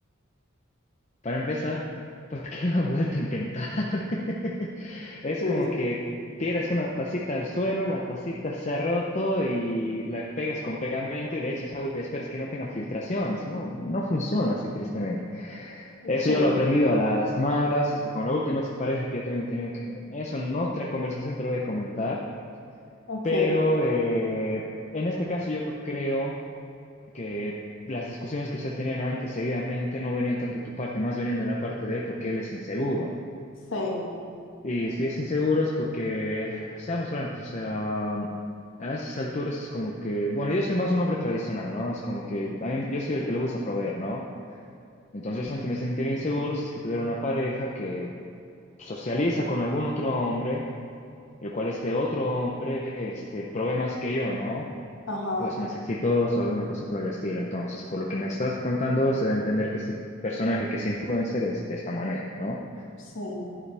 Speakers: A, on the left (about 35°); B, on the left (about 70°).
A: Para empezar, ¿por qué lo han vuelto a intentar? <laughs> Es
B: Sí,
A: como que tiras una tacita al suelo, la tacita se ha roto y la pegas con pegamento y le echas agua y esperas que no tenga filtraciones. No, no funciona así, tristemente.
B: ok,
A: Eso yo lo he aprendido a las malas, este, con la última expareja que yo también he tenido, que eso en otra conversación te lo voy a comentar.
B: ok,
A: Pero eh, en este caso yo creo que las discusiones que ustedes tenían antes seguidamente no venían tanto de tu parte, más venían de la parte de él porque él es inseguro.
B: sí,
A: Y si es inseguro es porque, seamos francos, o sea, a esas alturas es como que, bueno, yo soy más un hombre tradicional, ¿no? Es como que a mí- yo soy el que le gusta proveer, ¿no? Entonces yo solamente me sentiría inseguro si es que tuviera una pareja que socializa con algún otro hombre, el cual este otro hombre, este, provee más que yo, ¿no?
B: ajá,
A: pues más exitoso o alguna cosa por el estilo. Entonces, por lo
B: sí,
A: que me estás contando, se da a entender que este personaje, que es influencer, es de esta manera, ¿no?
B: sí.